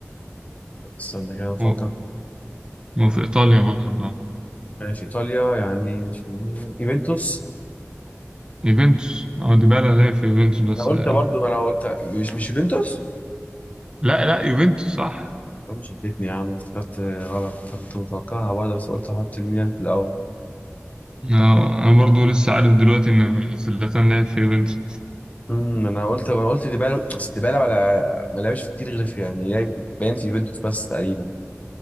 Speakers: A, on the left; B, on the right.
A: استنى كده أفكر
B: هو هو في ايطاليا برضه
A: ماشي إيطاليا يعني مش الميلان يوفنتوس
B: يوفنتوس أو ديبالا لعب في يوفنتوس بس
A: أنا قلت
B: تقريبا
A: برضه ما أنا قلت مش مش يوفنتوس
B: لا لا يوفنتوس صح
A: أنا مش اديتني يا عم افتكرت غلط كنت متوقعها برضه بس قلت أحط الميلان في الأول
B: آه، أنا برضو لسه عارف دلوقتي إن زلاتان لعب في يوفنتوس
A: امم انا قلت انا قلت ديبالا اصل ديبالا ولا ما لعبش في كتير غير في يعني لعب- باين في يوفنتوس بس تقريبا